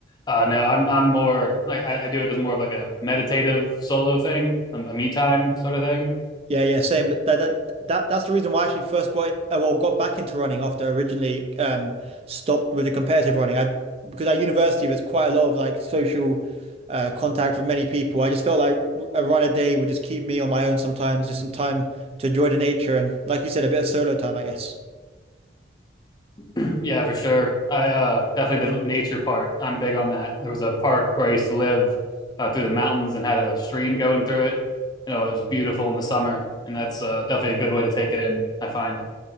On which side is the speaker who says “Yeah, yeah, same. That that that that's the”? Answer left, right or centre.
Right